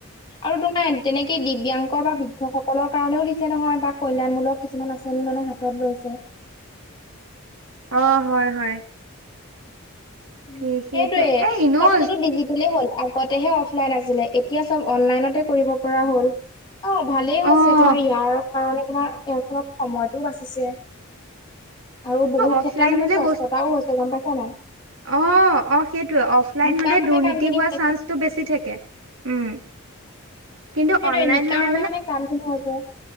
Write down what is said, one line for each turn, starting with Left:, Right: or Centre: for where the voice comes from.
Left: আৰু তোমাৰ তেনেকে দিব্যাংগ বা বৃদ্ধ সকলৰ কাৰণনেও দিছে নহয় বা কল্যাণমূলক কিছুমান আঁচনি মানে হাতত লৈছে।
Right: অ হয় হয়।
Left: উ
Right: কি সেইটো
Left: সেইটোৱে,
Right: এ এনেও
Left: <unintelligible> হ'ল, আগতেহে অফলাইন আছিলে এতিয়া চব অনলাইনতে কৰিব পৰা হ'ল। অ ভালেই হৈছে
Right: অ',
Left: তোমাৰ ইয়াৰ কাৰণে তোমাৰ <unintelligible> খনত সময়তটোও বাচিছে। আৰু বহু
Right: অফলাইন
Left: ক্ষেত্ৰত মানে
Right: হলে
Left: স্বচ্ছতাও
Right: বস
Left: হৈছে গম পাইছা নাই?
Right: অ অ সেইটোয়ে অফলাইন
Left: নিকা
Right: হ'লে
Left: ভাৱে
Right: দুৰ্নীতি
Left: কাম খিনি
Right: হোৱা
Left: হৈছে
Right: চান্সটো বেছি থাকে। উম কিন্তু
Left: সেইটোৱে
Right: অনলাইন
Left: নিকা
Right: হলে
Left: ভাবে মানে কামটো হ'ব।